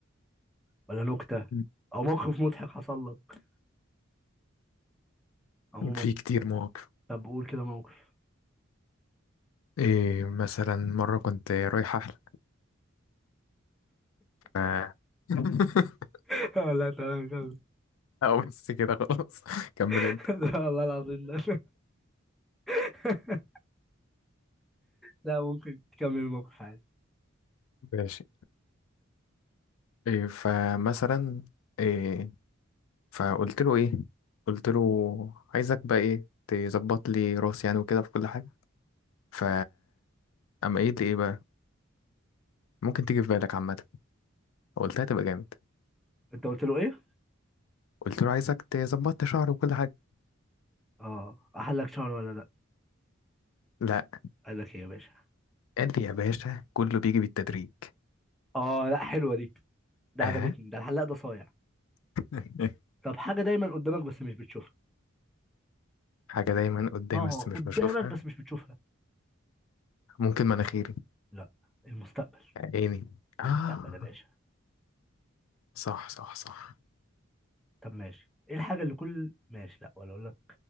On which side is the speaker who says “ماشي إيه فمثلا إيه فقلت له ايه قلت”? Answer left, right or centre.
Left